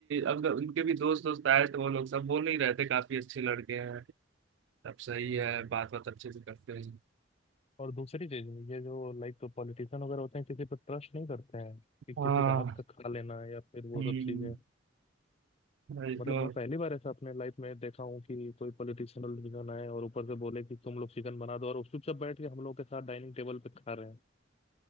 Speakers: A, on the right; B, on the left.
A: अब उनके भी दोस्त दोस्त आए तो वो लोग सब बोल नहीं रहे थे काफी अच्छे लड़के हैं सब सही
B: था
A: है बात बात अच्छे से करते हैं
B: और दूसरी चीज ये जो लाइक तो पॉलिटिशियन वगैरह होते हैं किसी पर ट्रस्ट नहीं करते हैं कि किसी
A: हाँ
B: का हाथ का खा लेना या फिर वो
A: हम्म,
B: सब चीजें
A: वही
B: मतलब
A: तो
B: मैं पहली बार ऐसा अपने लाइफ में देखा हूँ कि कोई पॉलिटिशियन डिसीजन आए और ऊपर से बोले कि तुम लोग चिकन बना दो और उस चुपचाप बैठ के हम लोग के साथ डाइनिंग टेबल पे खा रहे हैं